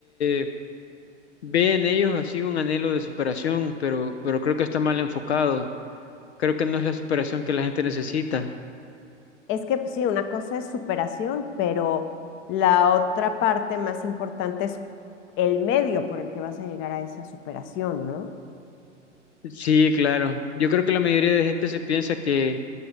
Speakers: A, on the left; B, on the left.
A: eh, ve en ellos así un anhelo de superación, pero, pero creo que está mal enfocado. Creo que no es la superación que la gente necesita.
B: es que pues, sí, una cosa es superación, pero la otra parte más importante es el medio por el que vas a llegar a esa superación, ¿no?
A: Sí, claro. Yo creo que la mayoría de gente se piensa que,